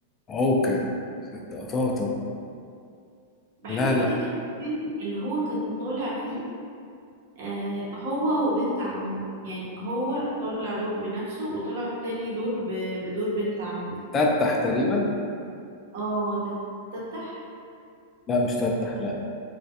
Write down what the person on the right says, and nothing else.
بحاول
افتكر الفيلم اللي هو كان طالع فيه آه، هو وبنت عمه يعني هو طلع دور بنفسه وطلع تاني دور ب... بدور بنت عمه
اه تت- تتح